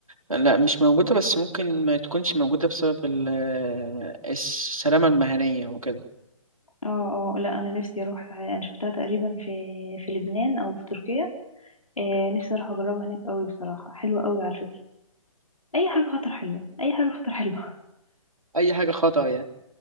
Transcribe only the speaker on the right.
لا مش موجودة بس ممكن ما تكونش موجودة بسبب ال... السلامة المهنية وكده
أي حاجة خطر يعني